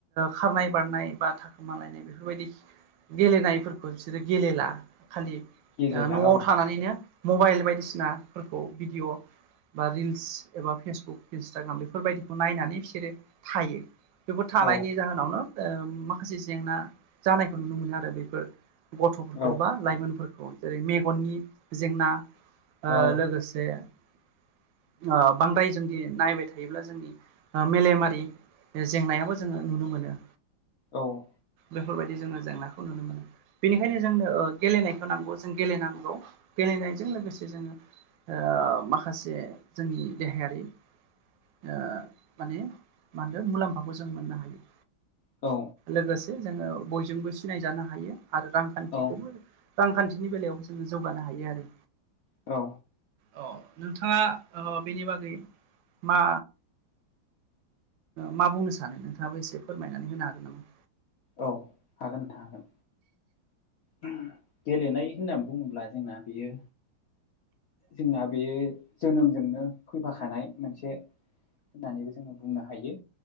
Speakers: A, on the right (about 75°); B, on the left (about 65°).
A: खारनाय बारनाय बा थाखोमालायनाय बेफोरबायदि गेलेनायफोरखौ बिसोरो गेलेला खालि
B: गेलेला
A: न'आव
B: औ
A: थानानैनो मबाइल बायदिसिनाफोरखौ भिडिय' बा रिल्स एबा फेसबुक इन्सटाग्राम बेफोरबायदिखौ नायनानै बिसोरो थायो बेफोर थानायनि
B: औ
A: जाहोनावनो माखासे ओ जेंना जानायखौ नुनो मोनो आरो बेफोर गथ'फोरखौ
B: औ
A: बा लाइमोनफोरखौ जेरै मेगननि जेंना ओ
B: औ
A: लोगोसे ओ बांद्राय जों दि नायबाय थायोब्ला जोंनि मेलेमारि जेंनायाबो जोङो नुनो मोनो।
B: औ
A: बेफोरबायदि जोङो जेंनाखौ नुनो मोनो। बेनिखायनो जोंनो गेलेनायखौ नांगौ जों गेलेनांगौ गेलेनायजों लोगोसे जोङो माखासे जोंनि देहायारि ओ माने मा होनदों मुलाम्फाखौ जों मोननो हायो।
B: औ
A: लोगोसे जोङो बयजोंबो सिनायजानो हायो आरो रांखान्थिखौबो
B: औ
A: रांखान्थिनि बेलायावबो जोङो जौगानो हायो आरो
B: औ
A: अ नोंथाङा ओ बेनि बागै मा मा बुंनो सानो नोंथाङाबो एसे फोरमायनानै होनो हागोन नामा?
B: औ हागोन हागोन उ गेलेनाय होननानै बुङोब्ला जोंना बेयो जोंना बेयो जोनोमजोंनो फैफाखानाय मोनसे होननानैबो जोङो बुंनो हायो